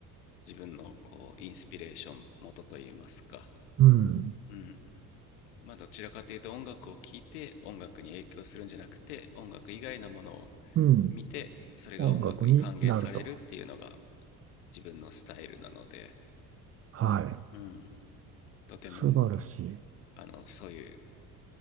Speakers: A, on the left; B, on the right.
A: 自分のこうインスピレーション元といいますか
B: うん、
A: うんまあどちらかというと音楽を聴いて音楽に影響するんじゃなくて音楽以外のものを
B: うん、
A: 見てそれが音楽に還元されるっていうのが
B: 音楽になると。
A: 自分のスタイルなので、
B: はい。
A: うん、とても
B: 素晴らしい。
A: あのそういう